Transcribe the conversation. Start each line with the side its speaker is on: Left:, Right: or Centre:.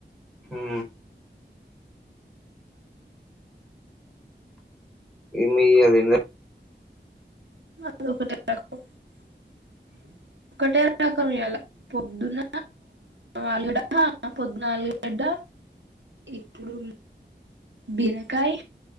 Centre: హూ మీ అది
Right: <unintelligible>
Centre: అ
Right: ఒకటే రకం ఇయ్యాల పొద్దున ఆలుగడ్డ పొద్దున ఆలుగడ్డ ఇప్పుడు బిరకాయ